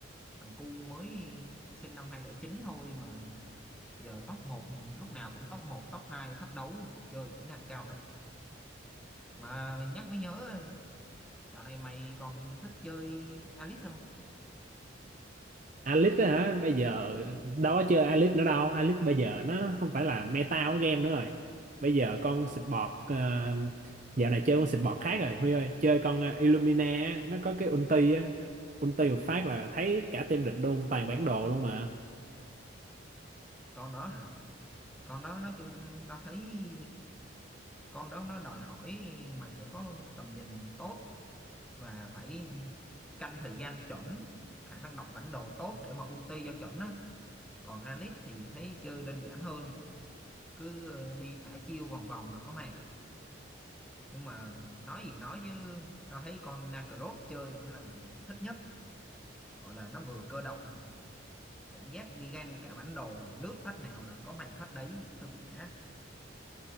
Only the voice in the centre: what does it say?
thằng cu mới sinh năm 2009 thôi mà giờ top một lúc nào cũng top một top 2 thách đấu chơi kỹ năng cao thật mà nhắc mới nhớ dạo này mày còn thích chơi Alice không
con đó hả con đó nói chung tao thấy con đó nó đòi hỏi mày phải có tầm nhìn tốt và phải canh thời gian chuẩn khả năng đọc bản đồ tốt để mà ulti cho chuẩn á còn Alice thì thấy chơi đơn giản hơn cứ ờ, đi thả chiêu vòng vòng là có mạng nhưng mà nói gì nói chứ tao thấy con Nakaroth chơi vẫn là thích nhất gọi là nó vừa cơ động cảm giác đi găng cả bản đồ lướt phát nào là có mạng phát đấy hơi bị đã